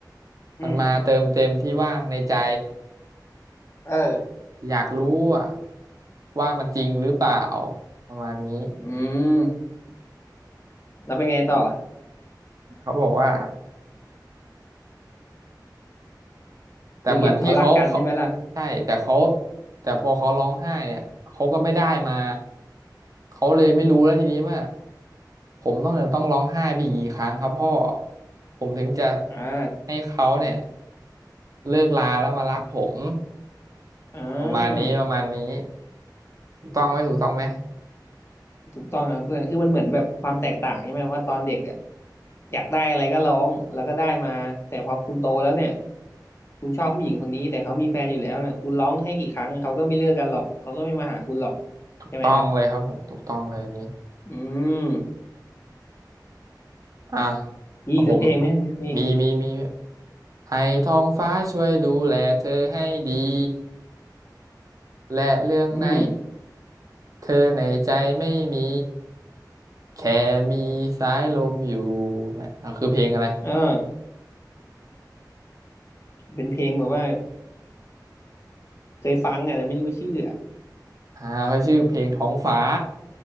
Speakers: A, on the left; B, on the right.
A: อืม
B: มันมาเติมเต็มที่ว่างในใจ
A: เออ
B: อยากรู้อะว่ามันจริงหรือเปล่าประมาณนี้
A: อืมแล้วเป็นไงต่อ
B: เขาบอกว่าแต่เหมือนที่เขาเขา
A: คือเห็นเขารักกันใช่ไหมล่ะ
B: ใช่แต่เขาแต่พอเขาร้องไห้เนี่ยเขาก็ไม่ได้มาเขาเลยไม่รู้แล้วทีนี้ว่าผมต้องจะต้องร้องไห้ไปอีกกี่ครั้งครับพ่อผมถึงจะ
A: อ่า
B: ให้เขาเนี่ยเลิกลาแล้วมารักผม
A: อ่
B: ประมาณนี้ประมาณนี้
A: า
B: ถูกต้องไหมถูกต้องไหม
A: ถูกต้องครับเพื่อน คือมันเหมือนแบบความแตกต่างใช่ไหมว่าตอนเด็กอ่ะอยากได้อะไรก็ร้องแล้วก็ได้มาแต่พอคุณโตแล้วเนี่ยคุณชอบผู้หญิงคนนี้แต่เขามีแฟนอยู่แล้วเนี่ยคุณร้องให้กี่ครั้งเขาก็ไม่เลิกกันหรอกเขาก็ไม่มาหาคุณหรอก
B: ถูกต้องเลยครับผมถูกต้องเลยอันนี้
A: ใช่ไหมฮะอืม
B: อ่ะ
A: มีอีกสักเพลงไหมมีสักเพลง
B: เอาผมมีมีมีให้ท้องฟ้าช่วยดูแลเธอให้ดีและเรื่องไหน
A: อืม
B: เธอในใจไม่มีแค่มีสายลมอยู่อ่ะอ่ะคือเพลงอะไร
A: เออเป็นเพลงแบบว่าเคยฟังอ่ะแต่ไม่รู้ชื่ออ่ะ
B: อ่าเขาชื่อเพลงท้องฟ้า